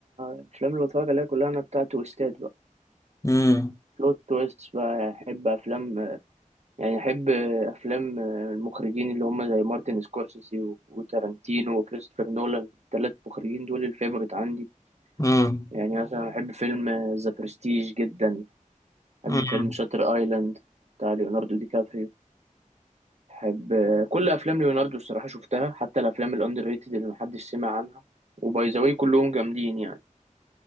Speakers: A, on the right; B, on the left.
A: الافلام اللي بتفرج عليها كلها انا بتاعت تويستات بقى
B: امم
A: بلوت تويست بقى احب افلام يعني احب افلام المخرجين اللي هم زي مارتن سكورسيزي و- وتارانتينو وكريستوفر نولان الثلاث مخرجين دول الفيفوريت عندي
B: امم
A: يعني مثلا احب فيلم ذا برستيج جدا احب
B: امم
A: فيلم شاتر ايلاند بتاع ليوناردو دي كابريو بحب كل افلام ليوناردو الصراحه شفتها حتى الافلام الاندر ريتد اللي محدش سمع عنها وباي ذا واي كلهم جامدين يعني